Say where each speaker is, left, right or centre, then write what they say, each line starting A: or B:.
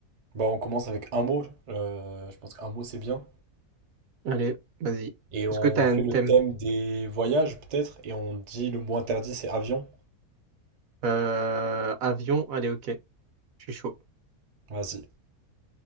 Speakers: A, on the right; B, on the right.
A: Bah, on commence avec un mot. euh, je pense qu'un mot, c'est bien.
B: Allez, vas-y.
A: Et on
B: Est-ce que tu as
A: fait
B: un
A: le
B: thème?
A: thème des voyages, peut-être. Et on dit le mot interdit, c'est avion.
B: Euh, avion, allez, ok, je suis chaud.
A: Vas-y.